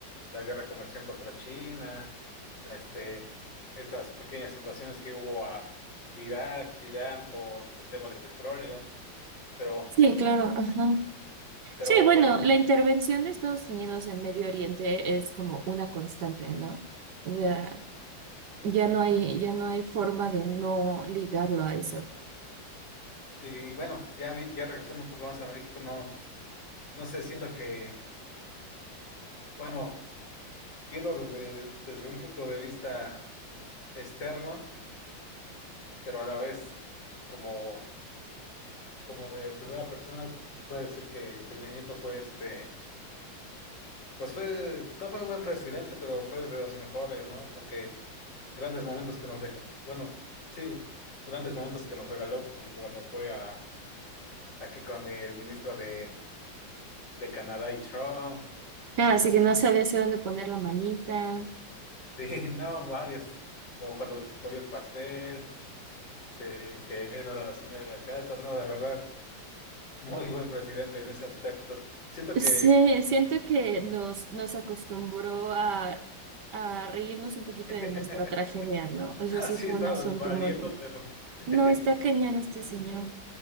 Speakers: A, on the left; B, on the right.
A: la guerra comercial contra China, este, estas pequeñas invasiones que hubo a Irak, Irán por el tema de petróleo. Pero,
B: Sí, claro, ajá.
A: pero
B: Sí, bueno,
A: bueno,
B: la intervención de Estados Unidos en Medio Oriente es como una constante, ¿no? O sea, ya no hay, ya no hay forma de no ligarlo a eso.
A: y bueno, ya vi- ya regresando un poco más a México, no, no sé, siento que, bueno, viendo desde, desde un punto de vista externo pero a la vez como, como de primera persona se puede decir que Peña Nieto fue este, pues fue, no fue buen presidente, pero fue de los mejores, ¿no? Porque grandes momentos que nos dejó, bueno, sí, grandes momentos que nos regaló como cuando fue a, aquí con el ministro de, de Canadá y Trump,
B: Ah,
A: sus,
B: Así que no sabía hacia dónde poner la manita.
A: <laughs> sí, no, varios, como cuando se comió el pastel, este, que no era la señora de la casa, no, la verdad, muy buen presidente en ese aspecto. Siento
B: Sí,
A: que
B: siento que nos, nos acostumbró a, a reírnos un poquito
A: <laughs>
B: de nuestra tragedia, ¿no? O sea,
A: Así
B: sí fue
A: estabas
B: un asunto
A: valiendo,
B: muy...
A: pero... <laughs>
B: No, está cañón este señor.